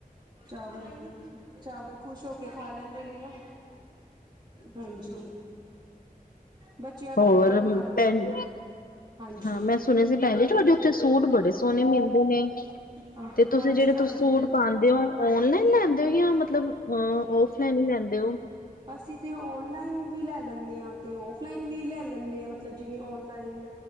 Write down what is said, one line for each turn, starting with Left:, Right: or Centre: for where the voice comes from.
Right: ਚਾਵਲ ਚਾਵਲ ਖ਼ੁਸ਼ ਹੋ ਕੇ ਖਾ ਲੈਂਦੇ ਨੇ ਨਾ। ਹਾਂਜੀ, ਬੱਚਿਆਂ ਕਰਕੇ
Left: ਹੋਰ
Right: ਬਣਾ ਲਈ
Left: ਭੈਣ
Right: ਦੇ ਨੇ। ਹਾਂਜੀ
Left: ਹਾਂ ਮੈਂ ਸੁਣਿਆ ਸੀ ਭੈਣ ਜੀ ਤੁਹਾਡੇ ਉੱਥੇ ਸੂਟ ਬੜੇ ਸੋਹਣੇ ਮਿਲਦੇ ਨੇ।
Right: ਹਾਂਜੀ
Left: ਤੇ ਤੁਸੀਂ ਜਿਹੜੇ
Right: ਹਾਂਜੀ ਹਾਂਜੀ
Left: ਤੁ ਸੂਟ ਪਾਂਦੇ ਓ। ਔਨਲਾਈਨ ਲੈਂਦੇ ਹੋ ਜਾਂ ਮਤਲਬ ਅ ਔਫਲਾਈਨ ਹੀ ਲੈਂਦੇ ਹੋ।
Right: ਅਸੀਂ ਤੇ ਔਨਲਾਈਨ ਵੀ ਲੈ ਲੈਣੇ ਆ ਤੇ ਮਤਲਬ ਔਫਲਾਈਨ ਵੀ ਲੈ ਲੈਣੇ ਆ। ਮਤਲਬ ਜਿਵੇਂ ਔਨਲਾਈਨ